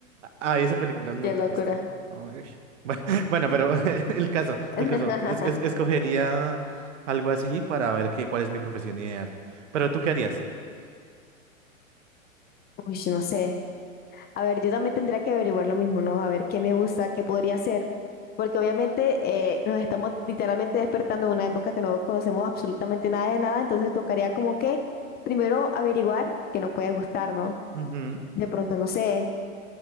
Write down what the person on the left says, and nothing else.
Qué
locura.
<laughs>
Uy, no sé. A ver, yo también tendría que averiguar lo mismo, ¿no? A ver qué me gusta, qué podría hacer. Porque obviamente eh, nos estamos literalmente despertando en una época que no conocemos absolutamente nada de nada. Entonces tocaría como que primero averiguar qué nos puede gustar, ¿no?
De pronto, no sé,